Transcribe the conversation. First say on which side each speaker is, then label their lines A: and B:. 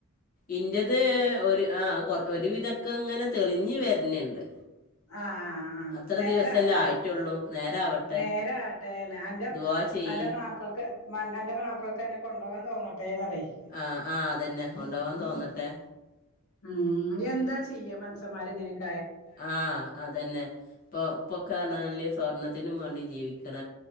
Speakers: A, on the left (about 40°); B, on the left (about 85°).
A: ഇന്റത് ഒരു ആഹ് ഒരുവിധൊക്കെ ഇങ്ങനെ തെളിഞ്ഞ് വരുന്നുണ്ട്
B: ആഹ് ആഹ് ആഹ്
A: അത്ര
B: നേരാകട്ടെ
A: ദിവസമല്ലേ ആയിട്ടുള്ളൂ നേരാവട്ടെ
B: നേരെ ആകട്ടേന്നെ അന്റെ
A: ദുവാ ചെയ്യ്
B: അന്റെ മാപ്പിൾക്ക് അന്റെ മാപ്പിൾക്ക് അന്നെ കൊണ്ട്പോകാൻ തോന്നട്ടെ പറയി
A: ആഹ് ആഹ് അതന്നെ കൊണ്ടുപോവാൻ തോന്നട്ടെ
B: ഉം എന്താ ചെയ്യാ മനസ്സന്മാർ ഇങ്ങനെക്ക
A: ആഹ് അതന്നെ ഇപ്പൊ ഇപ്പൊക്കറഞ്ഞാല് സ്വർണത്തിനും വേണ്ടി ജീവിക്കണ